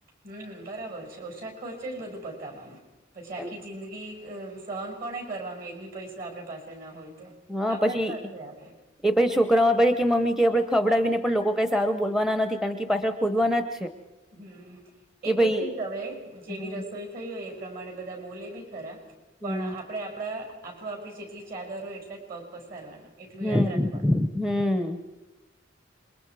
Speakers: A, on the right; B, in the centre.
A: હમ્મ બરાબર છે. ઓછા ખર્ચે જ બધું પતાવવાનું. પછી આખી
B: કારણ
A: જિંદગી અહ સહન કોને કરવાનું એક બી પૈસા આપડા પાસે ના હોય. તો
B: હ
A: આપડા
B: પછી
A: જ પાસે આવે
B: એ પછી છોકરાઓ પહી કહે મમ્મી કહે આપણે ખવડાવીને પણ લોકો કાંઈ સારું બોલવાના નથી, કારણ કે ઈ પાછળ ખોદવવાના જ છે.
A: હમ્મ.
B: કે
A: એ તો
B: ભાઈ
A: ઠીક હવે. જેવી
B: હમ
A: રસોઈ થઈ હોય એ પ્રમાણે બધા બોલે બી ખરા.
B: હમ
A: પણ આપ પણે આપણા, આપણું આપણી જેટલી ચાદર હોય એટલા જ પગ પસારવાના. એટલું
B: હમ્મ-હમ્મ.
A: યાદ રાખવાનું